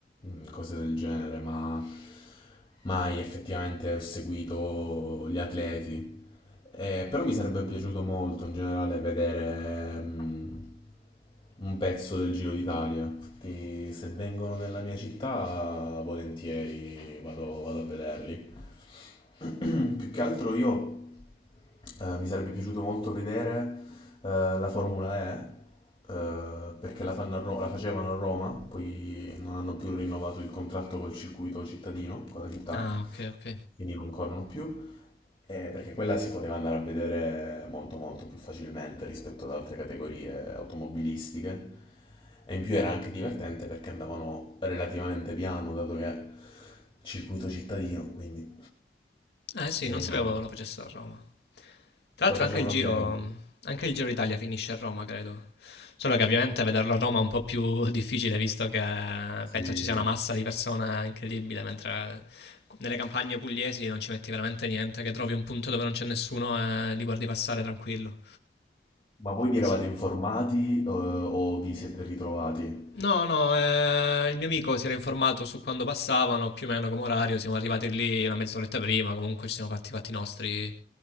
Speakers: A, on the left; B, on the left.
A: mm, cose del genere, ma mai effettivamente ho seguito gli atleti. Eh, però mi sarebbe piaciuto molto in generale vedere mm, un pezzo del Giro d'Italia. Infatti, se vengono nella mia città, volentieri vado, vado a vederli. <clears throat> Più che altro io eh, mi sarebbe piaciuto molto vedere eh, la Formula E, eh, perché la fanno a Ro- la facevano a Roma, poi non hanno più rinnovato il contratto col circuito cittadino, con la città
B: Ah, ok, ok.
A: quindi non corrono più, eh, perché quella si poteva andare a vedere molto molto più facilmente rispetto ad altre categorie automobilistiche e in più era anche divertente perché andavano relativamente piano dato che circuito cittadino, quindi
B: Eh sì,
A: eh,
B: non sapevo lo facessero a Roma. Tra l'altro
A: lo facevano
B: anche il Giro,
A: a Leo.
B: anche il Giro d'Italia finisce a Roma, credo. Solo che ovviamente vederlo a Roma è un po' più <laughs> difficile, visto che penso
A: Sì.
B: ci sia una massa di persone incredibile, mentre nelle campagne pugliesi non ci metti veramente niente, che trovi un punto dove non c'è nessuno e li guardi passare tranquillo.
A: Ma voi vi eravate
B: Sì.
A: informati eh, o vi siete ritrovati?
B: No, no, eh, il mio amico si era informato su quando passavano, più o meno come orario, siamo arrivati lì una mezz'oretta prima, comunque ci siamo fatti i fatti nostri